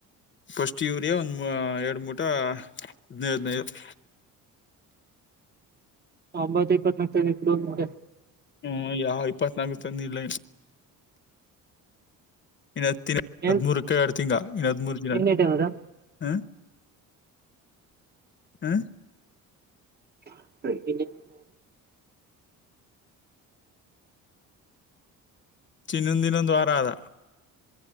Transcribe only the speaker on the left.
ಫಸ್ಟ್ ಯೂರಿಯಾ ಒಂದ ಎರಡು ಮೂಟ ಹದ್ನೈದನೈದ
ಹ್ಮ್ ಯಾವ ಇಪ್ಪತ್ನಾಕು ತಂದಿಲ್ಲ ಇನ್ನು ಹತ್ತಿನ
ಹದ್ಮೂರಕ್ಕ ಎರಡು ತಿಂಗಳ ಇನ್ನು ಹದಮೂರ ದಿನ
ಹ ಹಾ
ಚಿನ್ನಂದಿನ ದ್ವಾರ ಅದ